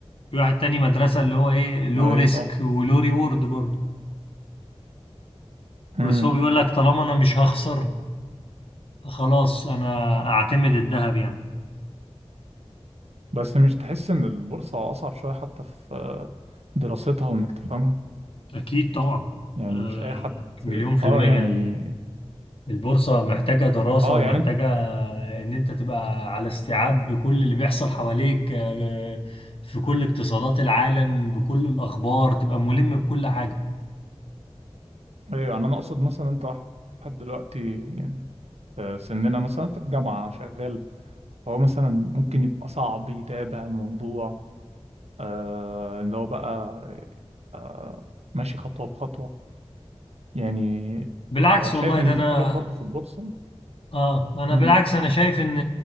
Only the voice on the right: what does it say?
ايوه
طبعا
مم.
بس مش تحس ان البورصة اصعب شوية حتى في آه، دراستها وانك تفهمها
يعني
مش اي حد
اه
يعني
اه
يعني انت
ايوه يعني انا اقصد مثلا انت واحد دلوقتي يعني في سننا مثلا في الجامعة شغال هو مثلا ممكن يبقى صعب يتابع الموضوع آه اللي هو بقى آه ماشي خطوة بخطوة يعني
آه شايف
ان
في حاجات برضو في البورصة
مم.